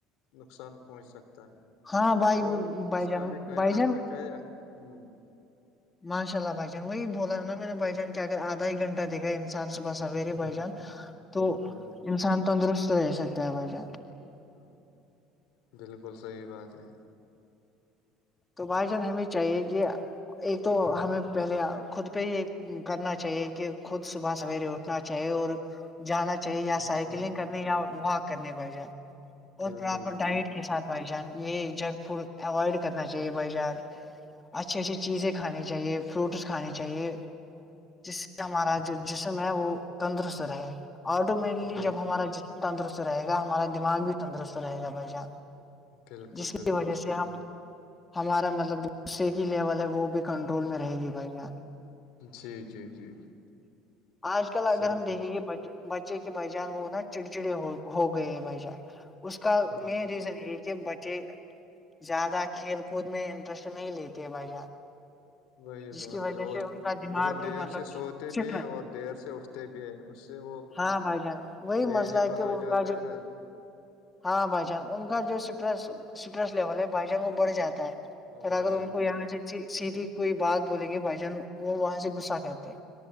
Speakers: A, on the left; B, on the left.
A: نقصان پہنچ سکتا ہے
B: ہاں بھائی
A: تو
B: بائی
A: اس
B: جان
A: کا بھی خیال
B: بائی جان
A: رکھنا چاہیے ہوں
B: ماشاء اللہ بھائی جان وہی بولا نا میں نے بائی جان کیا اگردھا ہی گھنٹ دھا انسان صبح سویرے بھ
A: بالکل
B: جان تو
A: بالکل بالکل
B: انسان تندرست رہ سکتا ہے بائی جان
A: ہ بالکل صحیح بات ہے
B: تو بھائی جان ہمیں چاہیے کہ ایک تو ہمیں پہلے خود پہ یہ کرنا چاہیے کہ خود صبح سویرے اٹھ نا چاہیے اور جانا چاہیے یا سائکلنگ
A: بالکل
B: کرنی یا واک کرنے بائی جان اور
A: بالکل
B: پراپر
A: بالکل
B: ڈائٹ کے ساتھ بھائی جان یہ جنک فوڈ اوائڈ کرنا چاہیے بھائی جان اچھی اچھی چیزیں کھانی چاہیے فروٹس کھے چاہیے جس ہمارا جو جسم ہے وہ تندرست رہے آٹومیٹلی
A: بال
B: جب ہمارا ج تندرست رہے گا ہمارا دماغ بھی تندرست رہے گا بھائی جان
A: بالکل
B: جس کی
A: بالکل
B: وجہ
A: صحیح
B: سے ہم
A: بات
B: ہمارا مطلب جو صے کی لیول ہے وہ بھی کنٹرول میں رہے گی بھائی جان
A: جی جی جی
B: آج کل اگر
A: صحیح
B: ہم دیکھیں
A: بات
B: گے بچ بچے کے بھ جان وہ نا چڑچڑی ہو ہو گئے بھ جان اس کا
A: ہاں
B: مین ریزن یہ کہ بچے زیادہ کھیل کود میں انٹرسٹ نہیں لیتے بھائی جان
A: وہی
B: جس
A: بات
B: کی وجہ
A: ہے اور
B: سے ان کا دماغ
A: بہت
B: بھی
A: دیر
B: مطلب
A: سے سوتے
B: فٹ
A: بھی ہیں
B: ہے
A: اور دیر سے اٹھتے بھی ہیں اس سے وہ
B: ہاں بھائی جان وہی
A: لیزی
B: مسئلہ ہے
A: پن
B: کہ
A: آ
B: ان
A: جاتا
B: کا جوب
A: ہے نا
B: ہاں بھائی جان ان کا جو اسٹریس اسٹریس لیول ہے بھائی جان وہ بڑھ جاتا ہے
A: وہ
B: پھر
A: بڑھ
B: اگر
A: جاتا
B: ان کو یہ
A: ہے
B: آنا چاہیے سیدھی کوئی بات بولیں گے بھائی جان وہ وہاں سے گغسہ کرتے